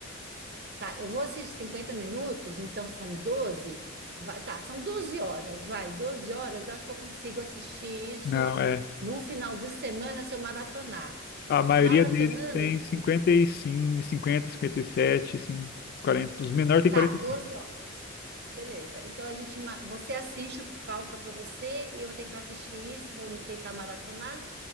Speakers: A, on the right; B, on the left.
A: Tá, eu vou assistir 50 minutos, então são doze, Vai, tá, são 12 horas, vai, 12 horas. Acho que eu consigo assistir isso
B: Não, é.
A: num final de semana se eu maratonar.
B: A maioria
A: Maratonando,
B: deles tem cinquenta cinquenta, e cinco, cinquenta cinquenta e sete, sim, 40. Os menores têm
A: tá,
B: 45.
A: doze horas. Beleza. Então a gente, ma- você assiste o que falta para você, e eu vou tentar assistir isso, vou tentar maratonar,